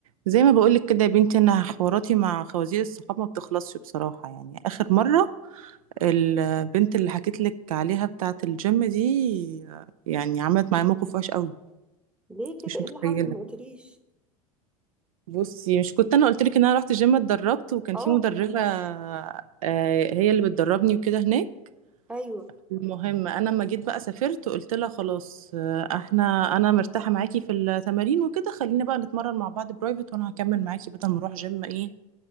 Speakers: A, on the right; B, in the centre.
A: زي ما بقولك كده يا بنتي انا حواراتي مع خوازيق الصحاب ما بتخلصش بصراحة يعني اخر مرة البنت اللي حكيت لك عليها بتاعة الجيم دي آه، يعني عملت معايا موقف وحش قوي
B: ليه كده
A: مش
B: ايه
A: متخيلة
B: اللي حصل ما قلتليش
A: بصي مش كنت انا قلت لك ان انا رحت الجيم اتدربت وكان
B: اه
A: في مدربة آه، هي اللي بتدربني وكده هناك
B: ايوه
A: المهم انا لما جيت بقى سافرت قلت لها خلاص آه، احنا انا مرتاحة معاكي في التمارين وكده خلينا بقى نتمرن مع بعض برايفت وانا هكمل معاكي بدل ما اروح جيم ايه